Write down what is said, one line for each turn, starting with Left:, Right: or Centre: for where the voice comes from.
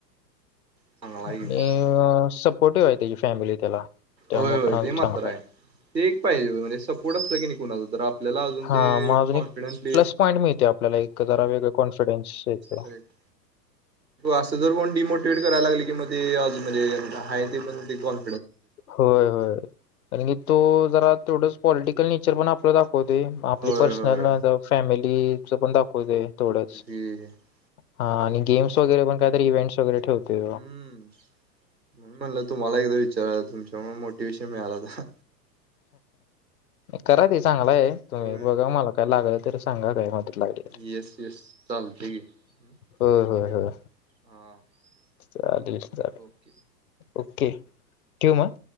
Right: <inaudible>
Left: आणि
Right: की पण
Left: सपोर्टिव्ह आहे त्याची फॅमिली त्याला त्यामुळे
Right: होय होय
Left: पण अजून
Right: ते मात्र
Left: चांगलाय
Right: आहे. ते एक पाहिजे म्हणजे सपोर्ट असलं की नाही कुणाच तर आपल्याला अजून
Left: हा
Right: ते
Left: मग अजून
Right: कॉन्फिडेनसली
Left: एक प्लस पॉईंट मिळते आपल्याला एक जरा वेगळं कॉन्फिडन्स येते.
Right: करेक्ट. असं जर कोण डिमोटिवेट करायला लागलं कि मग ते म्हणजे आहे ते पण ते कोण
Left: होय होय कारण की तो जरा ते थोडंच पॉलिटिकल नेचर पण आपलं दाखवते आपली
Right: होय
Left: पर्सनल
Right: होय
Left: फॅमिलीच पण दाखवत आहे थोडंच
Right: ह <inaudible>
Left: हा आणि गेम्स वगैरे पण काहीतरी इवेंट्स वगैरे ठेवतय
Right: हम्म. म्हणलं तुम्हाला एकदा विचारायला तुमच्यामुळे मोटिवे्शन मिळालाता
Left: करा ते चांगला आहे तुम्ही
Right: होय
Left: बघा मला काय लागल तर- सांगा काय मदत लागली तर
Right: येस येस चालते की
Left: होय
Right: थँक्यू
Left: होय होय
Right: <inaudible>
Left: चालेल चालेल
Right: ओके.
Left: ओके ठेव मग